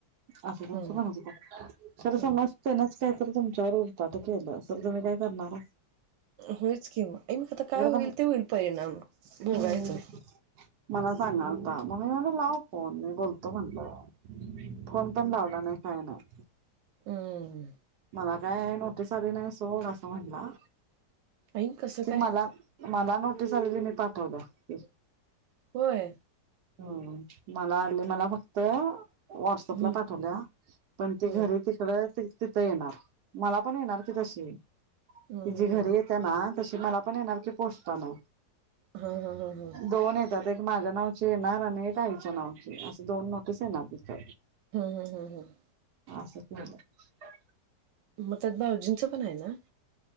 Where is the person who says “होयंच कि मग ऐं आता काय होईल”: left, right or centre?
Right